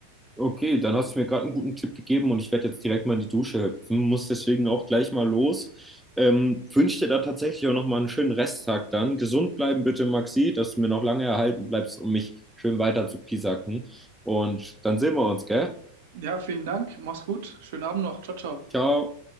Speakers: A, in the centre; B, on the right.
A: Okay, dann hast du mir gerade einen guten Tipp gegeben und ich werde jetzt direkt mal in die Dusche hüpfen, muss deswegen auch gleich mal los. Ähm, wünsche dir da tatsächlich auch nochmal einen schönen Resttag dann. Gesund bleiben bitte, Maxi, dass du mir noch lange erhalten bleibst, um mich schön weiter zu piesacken. Und dann sehen wir uns, gell?
B: Ja, vielen Dank. Mach's gut. Schönen Abend noch. Ciao, ciao.
A: Ciao.